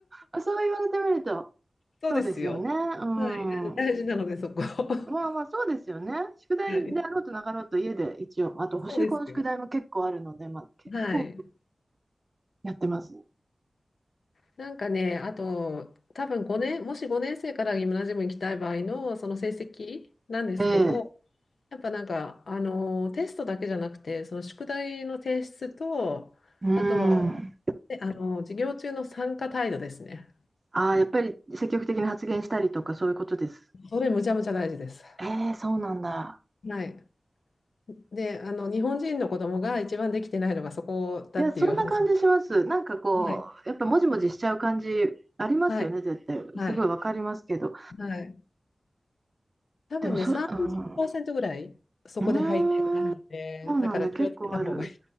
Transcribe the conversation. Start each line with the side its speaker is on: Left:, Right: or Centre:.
Right: <laughs> そう言われてみると、
Left: そうですよ。
Right: そうですよね。う
Left: はい。大事なので、
Right: ん。
Left: そこ。<laughs> は
Right: まあまあ、そうですよね。宿題であろうとなかろうと家で一応、
Left: い。
Right: あと、補習校の宿題も結構あるので、
Left: そうですよ。
Right: まあ、結構
Left: はい。
Right: やってますね。
Left: なんかね、あと、多分5年、もし5年生からギムナジウムに行きたい場合のその成績なんですけど、
Right: ええ。
Left: やっぱなんか、あの、テストだけじゃなくて、その宿題の提出と、
Right: うん。
Left: あとは、ねあの、授業中の参加態度ですね。
Right: ああ、やっぱり積極的に発言したりとか、そういうことです。
Left: それむちゃむちゃ大事です。
Right: ええ、そうなんだ。
Left: はい。で、あの、日本人の子供が一番できてないのがそこだっていう話が。
Right: いや、そんな感じします。なんかこう、
Left: はい。
Right: やっぱもじもじしちゃう感じありますよね、
Left: はい。
Right: 絶対。
Left: はい。
Right: すごいわかりますけど。
Left: はい。多分ね、
Right: でもそ、
Left: ー
Right: うん、う
Left: パーセントぐらいそこで背景があるので、
Right: ーん、そうなんだ、
Left: だから気をつけた方がいい。
Right: 結構ある。